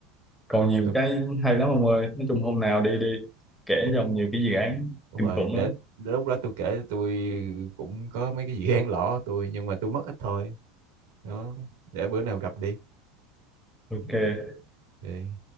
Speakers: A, in the centre; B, on the right.
A: còn nhiều
B: đúng,
A: cái hay lắm ông ơi nói chung hôm nào đi đi kể
B: đúng
A: cho ông nhiều cái dự án
B: đúng
A: kinh
B: rồi
A: khủng
B: để
A: lắm
B: đến lúc đó tôi kể tôi cũng có mấy cái dự án lỏ tôi nhưng mà tôi mất ít thôi đó để bữa nào gặp đi
A: ok
B: Thì-